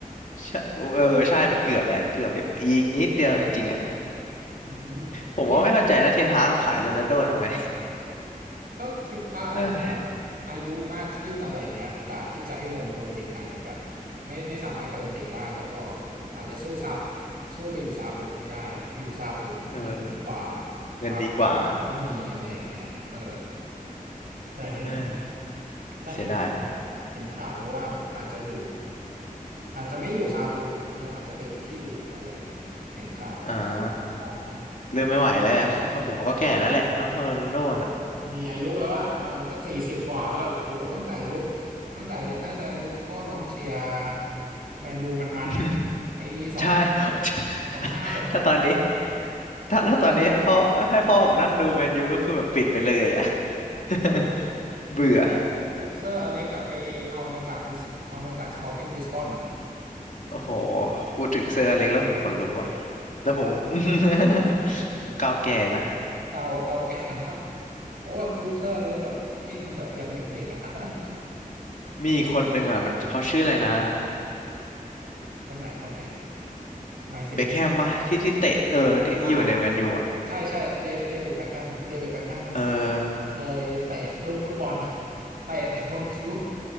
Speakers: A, on the left; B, on the right.
A: ใช่เออใช่มันเกือบแหละเกือบแบบอีกนิดเดียวจริงๆอ่ะ
B: อืมเ
A: ผมก็ไม่เข้าใจนะเทนฮากเขาขายโรนัลโดทำไม
B: นี่ย ก็คิดว่าอาจจะแบบอายุมากขึ้นอะไรอย่างเงี้ยโอกาสที่จะให้ลงตัวจริงอาจจะแบบ
A: <laughs> เออ
B: ไม่ไม่สามารถการันตีได้แล้วก็อาจจะสู้ซาอุสู้ไปอยู่ซาอุไม่ได้แบบอยู่ซาอุเงินดีกว่า
A: เออเงินดีกว่า
B: ความท้าทายก็มีอะไรอย่างเงี้ยเออแต่เห็น
A: เออ
B: แต่เห็น
A: เสียดายเลย
B: เห็นข่าวนะว่าแบบอาจจะอยู่อาจจะไม่อยู่ซาอุเอออาจจะไปอยู่ที่อื่นอะไรเงี้ยเห็นข่าวเห็น
A: อ่า
B: ของ
A: เริ่มไม่ไหวแล้ว <laughs> อะโอ้โหก็แก่แล้วแหละเนาะโรนัลโดน่ะ
B: เอ่อ มีอายุแล้วอะเออก็สี่สิบกว่าแล้วอะโอ้โหตั้งแต่ยุคตั้งแต่น่าจะยุคพ่อน้องเชียร์แมนยูมันๆอะ
A: <laughs>
B: ปีสองพันหก
A: ใช่ <laughs>
B: สองพันห้าสองพันหก
A: ถ้าตอนนี้ถ้าถ้าตอนนี้พ่อให้พ่อผมนั่งดูแมนยูก็คือแบบปิดไปเลยอ่ะ
B: ยุคเซอร์อเล็กอะ
A: <laughs> เบื่อ
B: ยุคยุคเซอร์อเล็กอะไปเอามาจากลิสเอามาจากสปอร์ติ้งลิสบอน
A: โอ้โหพูดถึงเซอร์อเล็กแล้วผมขนลุกว่ะแล้วผม <laughs> ผมก้าวแก่นะ
B: เก่าเก่าแก่มากโอ้ยุคเซอร์อเล็กแบบที่ยังแบบยังเด็กๆอะ <laughs>
A: มีอีกคนนึงอ่ะมันเขาชื่ออะไรนะ
B: คนไหนคนไหนหมายถึงนักเตะ
A: เบคแฮมปะที่ที่เตะเออที่ที่อยู่ในแมนยูอ่ะ
B: อ่า ใช่ใช่เดเดวิดแบ็คแฮมเดวิดแบ็คแฮม
A: เออ
B: เคยเตะลูกฟุตบอล <laughs> เตะไปโดนคิ้ว